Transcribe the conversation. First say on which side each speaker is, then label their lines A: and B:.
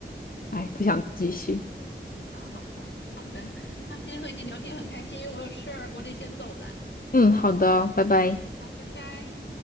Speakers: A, on the left; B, on the left.
A: 唉，不想继续。
B: 哈哈哈，好的啊，今天和你聊天很开心，我有事儿，我得先走了
A: 嗯，好的，拜拜。
B: 啊，拜拜。